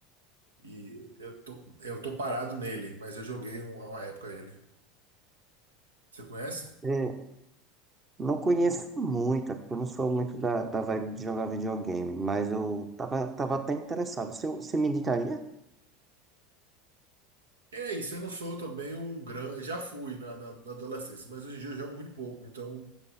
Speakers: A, on the right (about 80°); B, on the right (about 25°).
A: E eu tô, eu tô parado nele, mas eu joguei um- uma época ele. Você conhece?
B: é Não conheço muita, porque eu não sou muito da, da vibe de jogar videogame, mas eu tava, tava até interessado. Você, você me indicaria?
A: É isso, eu não sou também um grande. Já fui na, na, na adolescência, mas hoje em dia eu jogo muito pouco, então